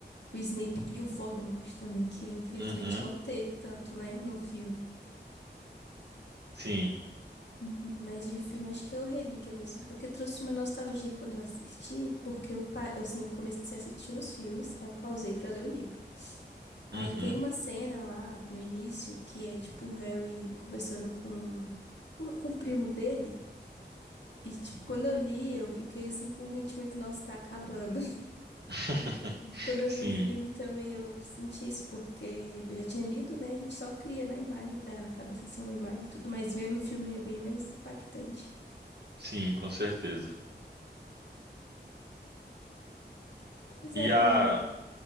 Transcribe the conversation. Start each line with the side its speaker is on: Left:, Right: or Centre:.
Left: o Snape e o Voldemort também, que infelizmente
Right: uhum,
Left: não teve tanto, né, no filme.
Right: sim,
Left: Uhum, Mas de filme, acho que é o Relíquia mesmo. Eu que trouxe uma nostalgia quando eu assisti, porque eu, pa- eu, assim, eu comecei a assistir nos filmes, aí eu pausei pra ler o livro. Aí
Right: uhum.
Left: tem uma cena lá no início que é tipo o Harry conversando com, com, com o primo dele. E tipo, quando eu li, eu fiquei assim com um sentimento, nossa, tá acabando. <laughs>
Right: <laughs>
Left: Quando eu
Right: Sim,
Left: vi o filme também eu senti isso, porque eu já tinha lido, né? A gente só cria na imagem, eh, na cabeça assim uma imagem e tudo, mas vendo o filme é bem mais impactante.
Right: sim, com certeza.
Left: Pois
Right: E
Left: é,
Right: a.
Left: o